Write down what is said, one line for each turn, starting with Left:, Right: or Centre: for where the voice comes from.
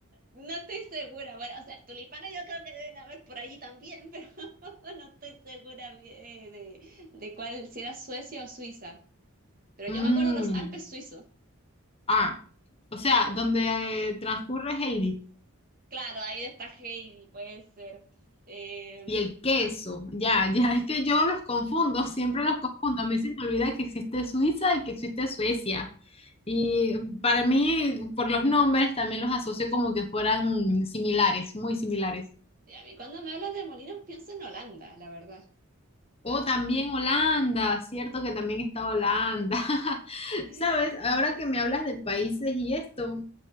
Right: No estoy segura. Bueno, o sea, tulipanes yo creo que deben haber por allí también, pero <laughs> no estoy segura eh, de, de cuál, si era Suecia o Suiza. Pero
Left: Mm,
Right: yo me acuerdo de los Alpes suizos.
Left: Ah, o sea, donde eh, transcurre Heidi
Right: Claro, ahí está Heidi, puede ser. Eh,
Left: y el queso. Ya, ya es que yo los confundo, siempre los confundo. A mí se me olvida que existe Suiza y que existe Suecia. Y para mí, por los nombres, también los asocio como que fueran similares, muy similares.
Right: y a mí cuando me hablas de molinos pienso en Holanda, la verdad.
Left: o también Holanda, cierto que también está Holanda. <laughs>
Right: <laughs>
Left: Sabes, ahora que me hablas de países y esto,